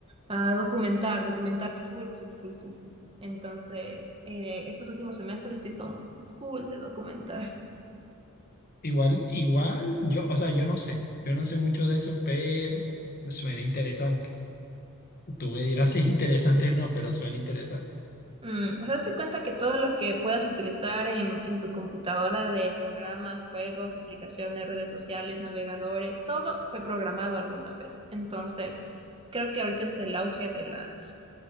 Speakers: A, on the right; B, on the left.
A: a documentar, documentar full, full, full, full, full. Entonces, eh, estos últimos semestres sí son full de documentar.
B: Igual, igual, yo, o sea, yo no sé. Yo no sé mucho de eso, pero me suena interesante. Tú me dirás <laughs> si es interesante o no, pero suena interesante.
A: Mm, o sea, hazte cuenta que todo lo que puedas utilizar en, en tu computadora de programas, juegos, aplicaciones, redes sociales, navegadores, todo fue programado alguna vez. Entonces, creo que ahorita es el auge de las